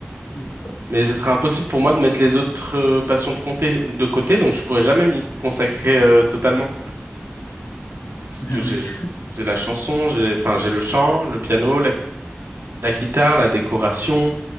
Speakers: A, on the left; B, on the right.
A: Oui.
B: mais ce serait impossible pour moi de mettre les autres euh, passions de côté, de côté, donc je pourrais jamais m'y consacrer euh, totalement. Parce
A: Ben
B: que j'ai
A: oui,
B: j'ai la chanson, j'ai enfin j'ai le chant, le piano, la, la guitare, la décoration,